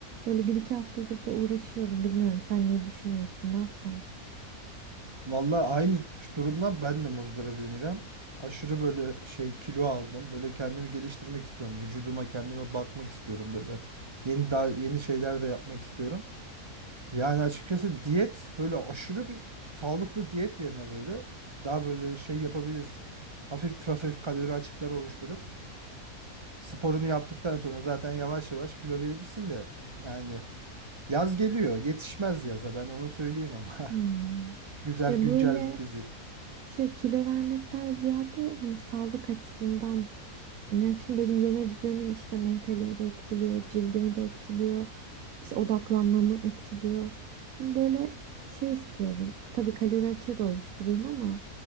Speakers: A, on the right; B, on the right.
A: Böyle bir iki haftadır da uğraşıyorum. Bilmiyorum sen ne düşünüyorsun, ne yapsam?
B: Valla aynı durumdan ben de muzdaribim İrem. Aşırı böyle şey kilo aldım. Böyle kendimi geliştirmek istiyorum. Vücuduma kendime bakmak istiyorum böyle. Yeni daha yeni şeyler de yapmak istiyorum. Yani açıkçası diyet böyle aşırı bir sağlıklı diyet yerine böyle daha böyle şey yapabilirsin. Hafif hafif kalori açıkları oluşturup sporunu yaptıktan sonra zaten yavaş yavaş kilo verirsin de yani yaz geliyor. Yetişmez yaza ben onu söyleyeyim ama. <laughs>
A: Hmm.
B: Güzel
A: Ya
B: güncel
A: böyle
B: bir fizik.
A: Şey kilo vermekten ziyade hani sağlık açısından yani şimdi benim yeme düzenim işte mentalimi de etkiliyor, cildimi de etkiliyor, işte odaklanmamı etkiliyor. Hani böyle şey istiyorum. Tabii kalori açığı da oluşturayım ama